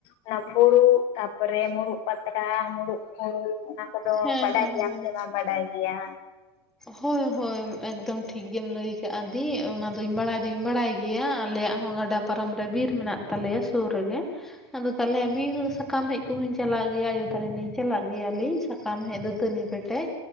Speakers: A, on the left; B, in the centre.
A: ᱚᱱᱟ ᱯᱷᱩᱲᱩᱜ ᱛᱟᱯᱚᱨᱮ ᱢᱩᱲᱩᱜ ᱯᱟᱛᱲᱟ ᱢᱩᱲᱩᱜ ᱯᱷᱩᱲᱩᱜ ᱚᱱᱟ ᱠᱚᱫᱚ
B: ᱦᱮᱸ
A: ᱵᱟᱰᱟᱭ
B: ᱦᱮᱸ ᱦᱮᱸ
A: ᱜᱮᱭᱟᱢ
B: ᱦᱮᱸ
A: ᱥᱮ ᱵᱟᱢ ᱵᱟᱰᱟᱭ ᱜᱮᱭᱟ
B: ᱦᱳᱭ ᱦᱳᱭ ᱮᱠᱫᱚᱢ ᱴᱷᱤᱠᱜᱮᱢ ᱞᱟᱹᱭ ᱟᱠᱟᱟᱜᱼᱟ ᱫᱤ ᱚᱱᱟᱫᱚᱧ ᱵᱟᱲᱟᱭ ᱫᱩᱧ ᱵᱟᱲᱟᱭ ᱜᱮᱭᱟ ᱟᱞᱮᱭᱟᱜ ᱦᱚᱸ ᱜᱟᱰᱟ ᱯᱟᱨᱚᱢ ᱨᱮ ᱵᱤᱨ ᱢᱮᱱᱟᱜ ᱛᱟᱞᱮᱭᱟ ᱥᱩᱨ ᱨᱮᱜᱮ ᱟᱫᱚ ᱛᱟᱞᱮ ᱵᱤᱨ ᱥᱟ ᱥᱟᱠᱟᱢ ᱦᱮᱡ ᱠᱚᱦᱚᱸᱧ ᱪᱟᱞᱟᱜ ᱜᱮᱭᱟ ᱟᱭᱳ ᱛᱟᱞᱤᱱ ᱞᱤᱧ ᱪᱟᱞᱟᱜ ᱜᱮᱭᱟᱞᱤᱧ ᱥᱟ ᱠᱟᱢ ᱦᱮᱡ ᱫᱟᱹᱛᱟᱹᱱᱤ ᱯᱮᱴᱮᱡ